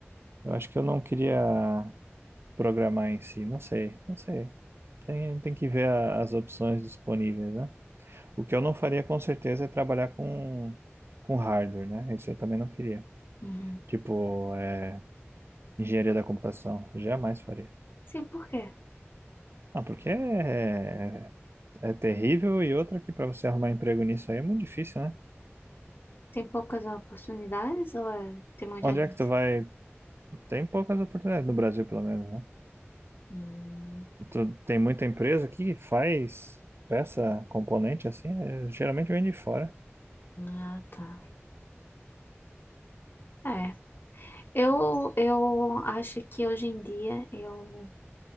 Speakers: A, on the right (about 60°); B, on the left (about 50°).
A: Eu acho que eu não queria programar em si, não sei, não sei. Tem, tem que ver a- as opções disponíveis, né? O que eu não faria com certeza é trabalhar com, com hardware, né? Isso eu também não queria.
B: Uhum.
A: Tipo, é, engenharia da computação, jamais faria.
B: Sim, por quê?
A: Ah, porque é, é é terrível e outra que para você arrumar emprego nisso aí é muito difícil, né?
B: Tem poucas oportunidades ou é- tem muita
A: Onde
B: gente?
A: é que tu vai? Tem poucas oportunidades no Brasil, pelo menos, né?
B: Hum,
A: Tu, tem muita empresa que faz peça, componente assim, né? Geralmente vem de fora.
B: ah, tá. É. Eu, eu acho que hoje em dia eu